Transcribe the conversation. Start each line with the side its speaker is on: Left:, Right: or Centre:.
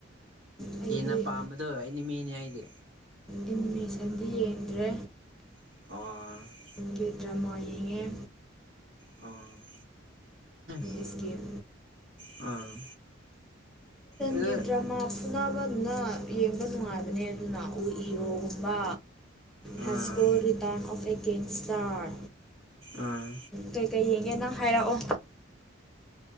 Centre: ꯑꯩꯗꯤ
Right: ꯍꯦꯟꯅ ꯄꯥꯝꯕꯗꯣ ꯑꯩꯅꯤꯃꯤꯅꯤ ꯑꯩꯗꯤ
Centre: ꯑꯦꯅꯤꯃꯦꯁꯟꯗꯤ ꯌꯦꯡꯗ꯭ꯔꯦ
Right: <unintelligible>
Centre: ꯀꯦ ꯗ꯭ꯔꯃꯥ ꯌꯦꯡꯉꯦ
Right: ꯑ <inaudible>
Centre: ꯏꯁꯀꯤꯝ
Right: ꯑꯥ ꯑꯗꯨ
Centre: ꯀ‌ꯦ ꯗ꯭ꯔꯃꯥ ꯐꯨꯅꯕꯅ ꯌꯦꯡꯕ ꯅꯨꯡꯉꯥꯏꯕꯅꯦ ꯑꯗꯨꯅ ꯎꯏꯔꯣꯒꯨꯝꯕ
Right: ꯑꯥ
Centre: high school return of a gangster
Right: ꯑꯥ
Centre: ꯀꯩꯀꯩ ꯌꯦꯡꯒꯦ ꯅꯪ ꯍꯥꯏꯔꯛꯑꯣ